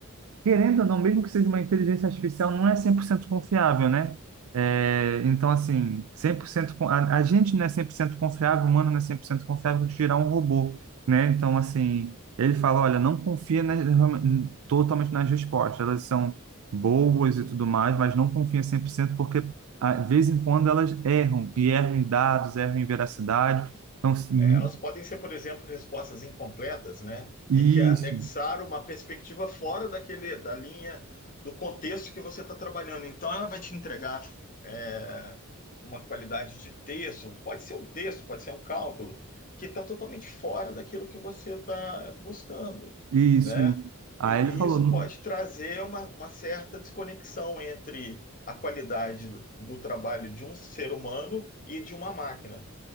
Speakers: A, on the right; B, on the left.
A: Querendo ou não, mesmo que seja uma inteligência artificial, não é 100% confiável, né? É, então, assim, 100% con- a, a gente não é 100% confiável, o humano não é 100% confiável de gerar um robô, né? Então, assim, ele fala, olha, não confia nas- realme- totalmente nas respostas, elas são boas e tudo mais, mas não confia 100% porque, a- de vez em quando, elas erram, e erram em dados, erram em veracidade. Então, assim,
B: É, elas podem ser, por exemplo, respostas incompletas, né?
A: isso,
B: E que anexaram uma perspectiva fora daquele, da linha do contexto que você está trabalhando. Então, ela vai te entregar é, uma qualidade de texto, pode ser um texto, pode ser um cálculo, que está totalmente fora daquilo que você está buscando,
A: isso,
B: né?
A: isso. Aí
B: E,
A: ele falou.
B: e isso pode trazer uma, uma certa desconexão entre a qualidade do, do trabalho de um ser humano e de uma máquina.